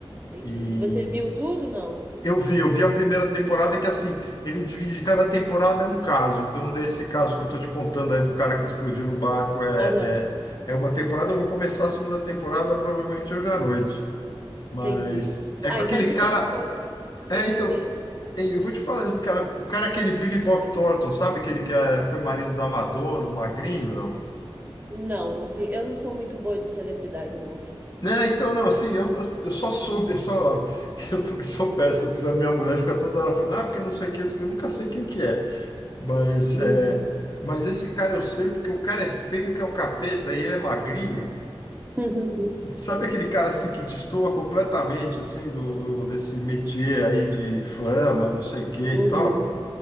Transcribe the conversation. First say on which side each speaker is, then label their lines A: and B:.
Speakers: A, on the right; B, on the left.
A: Entendi.
B: E
A: Você viu tudo, não?
B: Eu vi, eu vi a primeira temporada
A: Ah,
B: que assim, ele divide, cada temporada é um caso. Então, desse caso que eu tô te contando aí do cara que explodiu no barco é,
A: aham,
B: é, é uma temporada, eu vou começar a segunda temporada provavelmente hoje à noite. Mas
A: entendi.
B: é
A: Ah,
B: com aquele
A: então te
B: cara.
A: prendeu, né? Te prendeu
B: É, então,
A: bem. assim.
B: eu vou te falar isso, cara. O cara é aquele Billy Bob Thornton, sabe aquele que é- foi marido da Madonna, um magrinho, não?
A: Não, não conhe... eu não sou muito boa de celebridade, não.
B: Né, então, não, assim, eu, eu, eu só soube, eu só, <laughs> eu também sou péssimo, porque a minha mulher fica toda hora falando, ah, porque não sei quem, não sei quem", eu nunca sei quem que é. Mas,
A: Uhum.
B: é, mas esse cara eu sei porque o cara é feio que é o capeta e ele é magrinho.
A: <laughs>
B: Sabe aquele cara assim que destoa completamente assim do, do- desse métier aí de fama, não sei o que
A: Uhum.
B: e tal?